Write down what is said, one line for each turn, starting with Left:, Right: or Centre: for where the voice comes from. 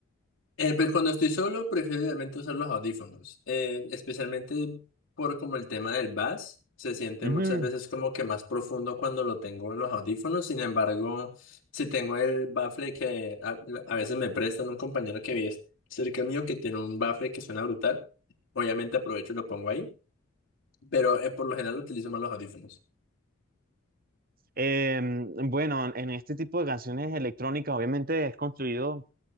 Left: Eh, pues cuando estoy solo, prefiero realmente usar los audífonos, eh, especialmente por como el tema del bass, se siente
Right: Ujú.
Left: muchas veces como que más profundo cuando lo tengo en los audífonos, sin embargo, si tengo el baffle que a, a veces me prestan un compañero que vive cerca mío que tiene un baffle que suena brutal, obviamente aprovecho y lo pongo ahí, pero eh, por lo general utilizo más los audífonos.
Right: Em, bueno, en este tipo de canciones electrónicas obviamente es construido